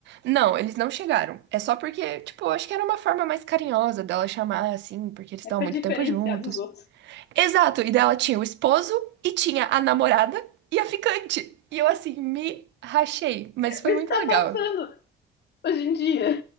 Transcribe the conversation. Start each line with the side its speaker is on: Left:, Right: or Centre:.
Right: Não, eles não chegaram. É só porque, tipo, eu acho que era uma forma mais carinhosa dela chamar, assim, porque eles estavam
Left: É pra
Right: muito
Left: diferenciar
Right: tempo juntos.
Left: dos outros.
Right: Exato, e daí ela tinha o esposo e tinha a namorada e a ficante. E eu, assim, me rachei, mas foi
Left: Mas
Right: muito
Left: isso que tá
Right: legal.
Left: faltando hoje em dia.